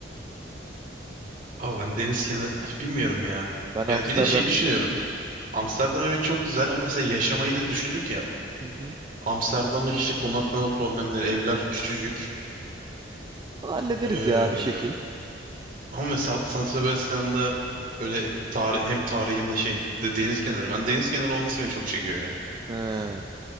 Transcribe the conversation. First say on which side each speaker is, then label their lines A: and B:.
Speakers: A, on the right (about 45°); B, on the right (about 25°).
A: Ama ben deniz kenarı <laughs> bilmiyorum ya.
B: Ben
A: Ya
B: Amsterdamcıyım.
A: bir de şey düşünüyorum. Amsterdam evet çok güzel ama mesela yaşamayı da düşündük ya.
B: Hı hı.
A: Amsterdam'da işte konaklama problemleri, evler küçücük.
B: Bunu hallederiz
A: Ee,
B: ya bir şekil.
A: ama mesela San Sebastian'da böyle tarih, hem tarihi hem de şey de deniz kenarı. Ben deniz kenarı olması beni çok çekiyor ya.
B: He,